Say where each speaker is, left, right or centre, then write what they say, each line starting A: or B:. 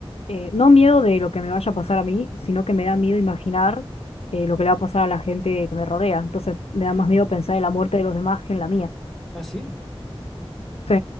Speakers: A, on the left (about 80°); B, in the centre.
A: eh, no miedo de lo que me vaya a pasar a mí, sino que me da miedo imaginar eh, lo que le va a pasar a la gente que me rodea. Entonces me
B: mm.
A: da más miedo pensar en la muerte de los demás que en la mía.
B: Ah, sí,
A: Sí,